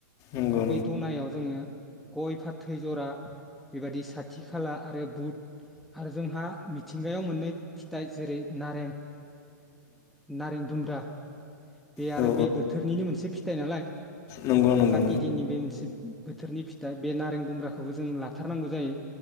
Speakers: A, on the left; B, in the centre.
A: नंगौ
B: आरो
A: नंगौ
B: बै द'नायाव जोङो गय फाथै जरा बेबादि साथि खाला आरो बुट आरो जोंहा मिथिंगायाव मोननै फिथाइ जेरै नारें नारें दुम्ब्रा। बे आरो
A: औ
B: बे बोथोरनिनो मोनसे फिथाइ नालाय
A: नंगौ नंगौ
B: काति दिननि बे मोनसे बोथोरनि फिथाइ बे नारें दुमब्राखौबो जों लाथारनांगौ जायो